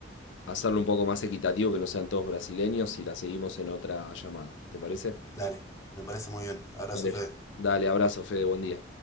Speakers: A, on the left (about 75°); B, on the left (about 15°).
A: hacerlo un poco más equitativo, que no sean todos brasileños, y la seguimos en otra llamada. ¿Te parece?
B: Dale, me parece muy bien. Abrazo,
A: Dale.
B: Fede.
A: Dale, abrazo, Fede, buen día.